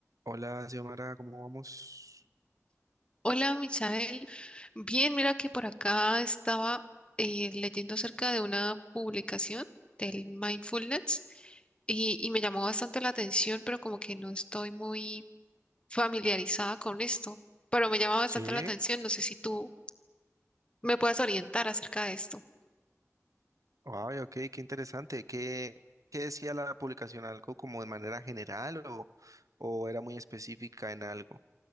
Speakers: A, on the right; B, on the left.
A: Hola, Xiomara, ¿cómo vamos?
B: Hola, Michael. Bien, mira que por acá estaba eh, leyendo acerca de una publicación del mindfulness y, y me llamó bastante la atención, pero como que no estoy muy familiarizada con esto, pero me llama bastante
A: Sí,
B: la atención. No sé si tú me puedes orientar acerca de esto.
A: ay, ok, qué interesante. ¿Qué, qué decía la publicación? ¿Algo como de manera general o, o era muy específica en algo?